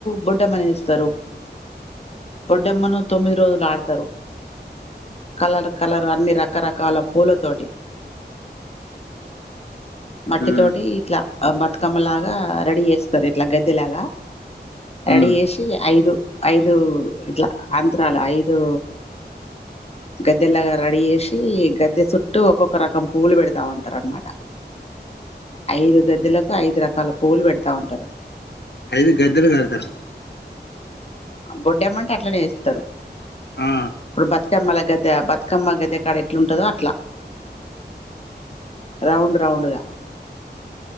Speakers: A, on the left; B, on the left.
A: బొడ్డమ్మని ఎస్తారు బొడ్డమ్మను తొమ్మిది రోజులు ఆడతారు కలర్ కలర్ అన్ని రకరకాల పూలతోటి మట్టి
B: ఉమ్
A: తోటి ఇట్లా బతుకమ్మలాగా రెడీ చేస్తారు ఇట్లా గద్దెలాగా రెడీ
B: ఉమ్
A: చేసి ఐదు ఐదు ఇట్లా అంత్రాలు ఐదు గద్దెలాగా రెడీ చేసి గద్దె చుట్టూ ఒక్కొక్క రకం పువ్వులు పెడతా ఉంటారు అనమాట ఐదు గద్దెలకు ఐదు రకాల పూవులు పెడతా ఉంటారు
B: ఐదు గద్దలుగడతార
A: బొడ్డమ్మ అంటే అట్లనే చేస్తారు
B: ఆ
A: ఇప్పుడు బతుకమ్మల గద్దె బతుకమ్మ గద్దె కాడ ఎట్లాంటందో అట్లా రౌండ్ రౌండ్ గా